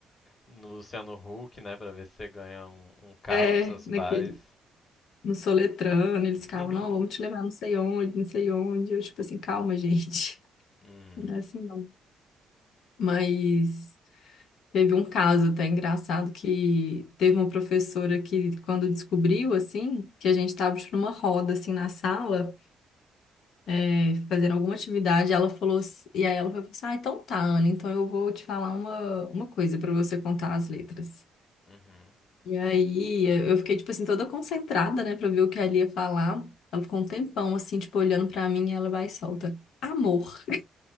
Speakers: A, on the left (about 40°); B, on the left (about 75°).
A: No Luciano Huck, né, pra ver se você ganha um,
B: <laughs>
A: um carro
B: é,
A: pros seus
B: naquele,
A: pais.
B: no Soletrando, eles ficavam,
A: <laughs>
B: não, vamos te levar não sei onde, não sei onde. Eu, tipo assim, calma, gente,
A: Uhum.
B: <laughs> não é assim não. Mas. Teve um caso até engraçado que teve uma professora que, quando descobriu, assim, que a gente estava numa roda, assim, na sala, é, fazendo alguma atividade, ela falou, assim- e aí ela falou assim, ah, então tá, Ana, então eu vou te falar uma, uma coisa para você contar as letras.
A: Uhum.
B: E aí eu eu fiquei, tipo assim, toda concentrada, né, para ver o que ela ia falar. Ela ficou um tempão, assim, tipo, olhando para mim e ela vai e solta, amor.